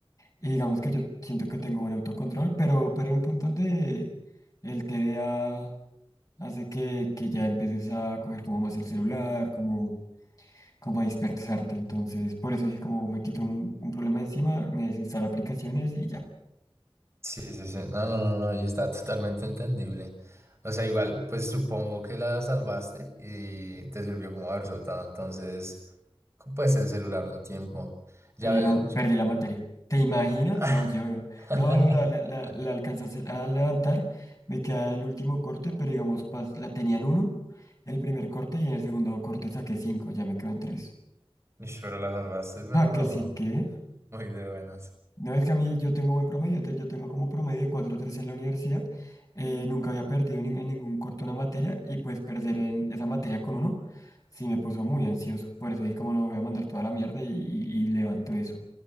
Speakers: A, on the left; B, on the right.
A: Y digamos que yo siento que tengo buen autocontrol, pero, pero hay un punto donde el TDA hace que, que ya empieces a coger como más el celular, como, como a dispersarte. Entonces, por eso dije, como me quito un, un problema encima, me desinstalo aplicaciones y ya.
B: Sí, sí, sí. No, no, no, no. Y está totalmente entendible. O sea, igual, pues supongo que la salvaste y te sirvió como haber soltado entonces, pues el celular un tiempo. Ya
A: Eh,
B: ves...
A: no,
B: yo-
A: perdí
B: yo-
A: la materia. ¿Te imaginas?
B: <laughs>
A: No, lloro. No, no, la, la, la, la alcanzas a levantar. Me queda el último corte, pero digamos, pas- la tenían uno, el primer corte, y en el segundo corte saqué cinco, ya me quedo en tres.
B: Ish, Pero la salvaste, pero
A: Ah, que sí, que.
B: muy de buenas.
A: No es que a mí yo tengo buen promedio, te- yo tengo como promedio de cuatro tres en la universidad, eh, nunca había perdido en, nin- en ningún corto una materia y pues perder en esa materia con uno sí me puso muy ansioso, por eso dije como no voy a mandar toda la mierda y, y- y levanto eso,